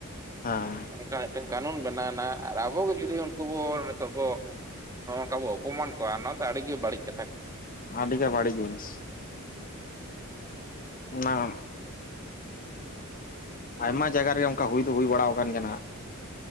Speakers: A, on the left; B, on the right.
A: ᱦᱮᱸ᱾
B: ᱚᱱᱠᱟ ᱢᱤᱫᱴᱟᱝ ᱠᱟᱹᱱᱩᱱ ᱵᱮᱱᱟᱣᱱᱟ ᱟᱨ ᱟᱵᱚᱜᱮ ᱡᱩᱫᱤ ᱩᱱᱠᱩ ᱵᱚ ᱱᱤᱛᱚᱜ ᱵᱚ ᱱᱚᱜᱼᱚ ᱱᱚᱝᱠᱟ ᱵᱚ ᱚᱯᱚᱢᱟᱱ ᱠᱚᱣᱟ ᱱᱚᱣᱟ ᱫᱚ ᱟᱹᱰᱤᱜᱮ ᱵᱟᱹᱲᱤᱡ ᱠᱟᱛᱷᱟ ᱠᱟᱱᱟ ᱾
A: ᱟᱹᱰᱤ ᱜᱮ ᱵᱟᱲᱤᱡ ᱡᱤᱱᱤᱥ ᱚᱱᱟ ᱟᱭᱢᱟ ᱡᱟᱭᱜᱟ ᱨᱮᱜ ᱚᱱᱠᱟ ᱦᱩᱭ ᱫᱚ ᱦᱩᱭ ᱵᱟᱲᱟ ᱟᱠᱟᱱ ᱜᱮ ᱦᱟᱜ ᱾